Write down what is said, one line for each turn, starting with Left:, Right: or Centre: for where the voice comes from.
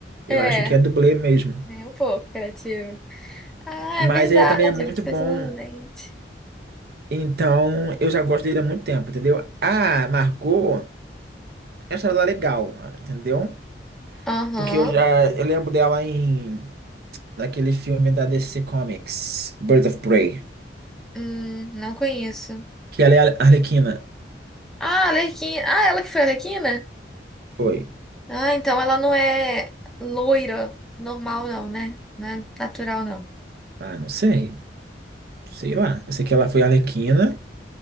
Right: Eu
Centre: É,
Right: acho que é dublê mesmo.
Centre: nem um pouco criativo. Ah,
Right: Mas
Centre: é verdade,
Right: é, também é muito
Centre: ele fez
Right: bom.
Centre: um lente.
Right: Então, eu já gosto dele há muito tempo, entendeu? Ah, marcou. essa ela é legal, entendeu?
Centre: Aham.
Right: Porque eu já eu lembro dela em naquele filme da DC Comics, Birds of Prey,
Centre: Hum, não conheço.
Right: que ela é a Arlequina.
Centre: Ah, Alequina. Ah, ela que foi a Alequina?
Right: Foi.
Centre: Ah, então ela não é loira normal, não, né? Não é natural, não.
Right: Ah, não sei. Sei lá. Eu sei que ela foi a Arlequina